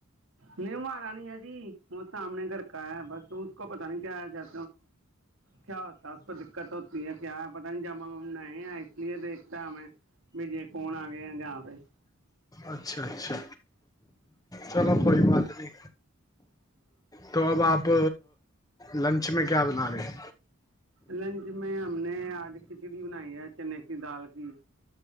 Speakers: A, on the right; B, on the left.
A: ਨਹੀਂ ਮਾਰਾ ਨੀ ਹੈ ਜੀ, ਉਹ ਸਮਣੇ ਗਰਕਾ, ਬਸ ਉਹ ਕੋ ਪਤਾ ਨਹੀਂ ਕਿਆ 'ਚ ਕਿਆ ਹੋਦਾ ਉਸ ਤੋਂ ਦਿੱਕਤ ਹੋਤੀ ਹੈ ਕਿਆ ਹੈ, ਪਤਾ ਨੀ ਹਮ ਨਯੇ ਹੈ। ਦੇਖਤਾ ਹਮੈਂ, ਵੀ ਜੇ ਕੌਣ ਆ ਗਿਆ ਜਾ ਪੇ।
B: ਅੱਛਾ, ਅੱਛਾ। ਚਲੋ ਕੋਈ ਬਾਤ ਨੀ, ਤੋ ਅਬ ਆਪ ਲੰਚ ਮੈਂ ਕਿਆ ਬਣਾ ਰਹੇ?
A: ਲੰਚ ਮੈਂ ਹਮ ਨੇ ਆਜ, ਖਿਚੜੀ ਬਣਾਈ ਹੈ ਚਨੇ ਕੀ ਦਾਲ ਕੀ।